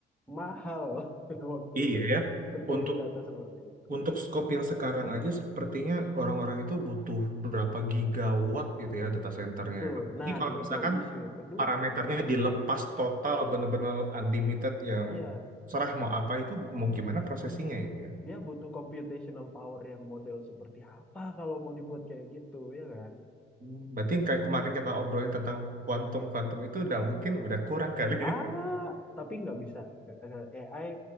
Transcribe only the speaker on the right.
iya
ya
untuk
untuk scope yang sekarang aja sepertinya orang-orang itu butuh berapa gigawatt gitu ya data centernya
Apalagi
kalau
misalkan
parameternya dilepas total bener-bener unlimited yang
serah mau apa itu mau gimana prosesinya itu ya
Hmm, berarti yang kayak kemarin kita obrolin tentang kuantum kuantum itu udah mungkin udah kurang kali <laughs>